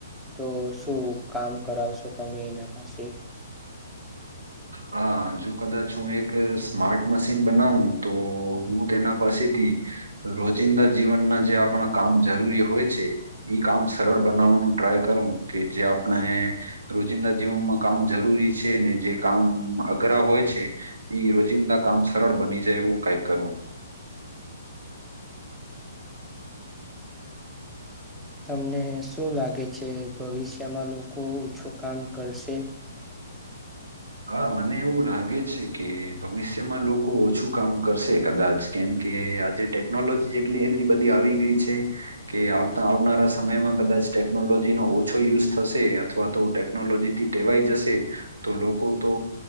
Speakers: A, in the centre; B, on the right (about 75°).
A: તો શું કામ કરાવશો તમે એના પાછી
B: હા જો કદાચ હું એક સ્માર્ટ મશીન બનાવું તો હું તેના પાસેથી રોજિંદા જીવનના જે આપણા કામ જરૂરી હોય છે એ કામ સરળ બનાવવાનું ટ્રાય કરવું કે જે આપણે રોજિંદા જીવનમાં કામ જરૂરી છે ને જે કામ અઘરા હોય છે એ રોજિંદા કામ સરળ બની જાય એવું કઈક કરવું
A: તમને શું લાગે છે ભવિષ્યમાં લોકો ઓછું કામ કરશે
B: હા મને એવું લાગે છે કે ભવિષ્યમાં લોકો ઓછું કામ કરશે કદાચ કેમ. કે આજે ટેકનોલોજી જેટલી એટલી બધી આવી ગઈ છે કે આવતા આવનારા સમયમાં કદાચ ટેકનોલોજી ન ઓછો યુઝ થશે અથવા તો ટેકનોલોજીથી ટેવાઈ જશે તો, લોકો તો